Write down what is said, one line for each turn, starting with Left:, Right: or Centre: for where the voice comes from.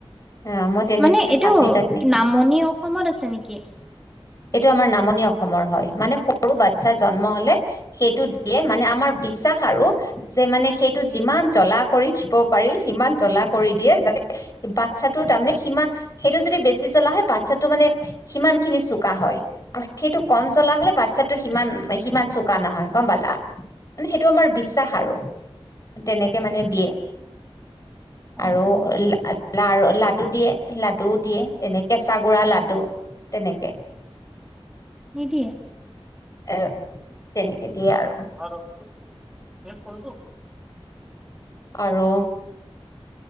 Left: অ' মই তেনেকৈ
Centre: মানে এইটো
Left: চাটনি তাটনি খাই
Centre: নামনি অসমত আছে নেকি?
Left: এইটো আমাৰ নামনি অসমৰ হয়। মানে সৰু বাচ্ছা জন্ম হলে সেইটো দিয়ে মানে আমাৰ বিশ্বাস আৰু যে মানে সেইটো যিমান জলা কৰি দিব পাৰি সিমান জলা কৰি দিয়ে যাতে বাচ্ছাটো তাৰমানে সিমা সেইটো যদি বেছি জলা হয় বা চ্ছাটো মানে সিমান খিনি চোকা হয় আৰু সেইটো কম জলা হলে বা চ্ছাটো সিমান সিমান চোকা নহয় গম পালা? মানে সেইটো আমাৰ বিশ্বাস আৰু। তেনেকে মানে দিয়ে।
Centre: অ
Left: আৰু
Centre: অ
Left: লা আ লাৰ লাডু দিয়ে, লাডুও দিয়ে তেনে কেঁচা গুড়া লাডু। তেনেকে।
Centre: নিদিয়ে?
Left: এ, তেনেকে দিয়ে আৰু।
Centre: <unintelligible>
Left: আৰু